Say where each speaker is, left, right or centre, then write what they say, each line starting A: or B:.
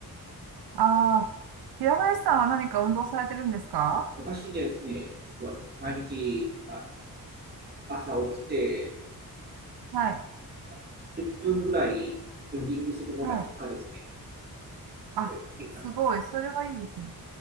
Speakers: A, on the right; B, on the right.
A: ああ、平林さんは何か運動されてるんですか
B: あ、私ですね、実は毎日、あの、朝起きて、
A: はい。
B: 2 0分ぐらいジョギングするのが日課ですね。
A: はい。あ、
B: それだけかな。
A: すごい。それはいいですね。